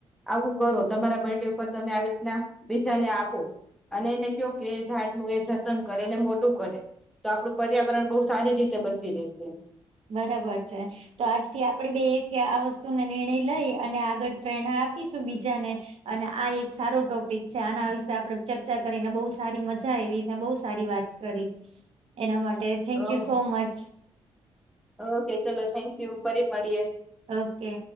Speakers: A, in the centre; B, on the right (about 65°).
A: આવું કરો તમારા બર્ડે ઉપર તમે આવી રીતના બીજાને આપો અને એને કયો કે ઝાડનું એ જતન કરે ને મોટું કરે. તો આપડુ પર્યાવરણ બહુ સારી રીતે બચી રહેશે.
B: બરાબર છે. તો આજથી આપડે બે એક આ વસ્તુને નિર્ણય લઈ અને આગળ પ્રેરણા આપીશું બીજાને અને આ એક સારો ટોપિક છે આના વિશે આપડે ચર્ચા કરીને બહુ સારી મજા આયવી ને બહુ સારી વાત કરી એના માટે thank
A: oh
B: you so much.
A: Okay ચલો થેન્ક યુ ફરી મડીએ
B: ઓકે.